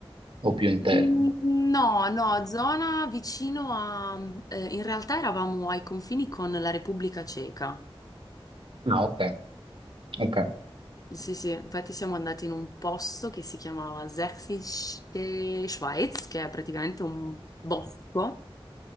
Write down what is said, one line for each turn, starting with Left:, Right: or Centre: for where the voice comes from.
Right: O più interno?
Left: Mm, No, no, zona vicino a... eh, in realtà eravamo ai confini con la Repubblica Ceca.
Right: No, ok, ok.
Left: Sì, sì, infatti siamo andati in un posto che si chiamava Sächsische Schweiz, che è praticamente un bosco.